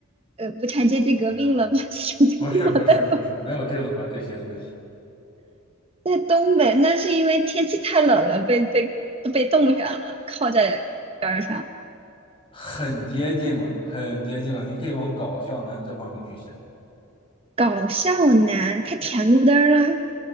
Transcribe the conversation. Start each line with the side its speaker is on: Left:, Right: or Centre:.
Right: 呃无产阶级革命了把
Left: 啊
Right: <laughs> 资产阶级绑在了
Left: 不是不是不是，没有任何这些东西，
Right: 在东北，那是因为天气太冷了，被被被冻上了，靠在杆儿上。
Left: 很接近了，很接近了。你可以往搞笑男这方面去想。
Right: 搞笑男他舔路灯啊，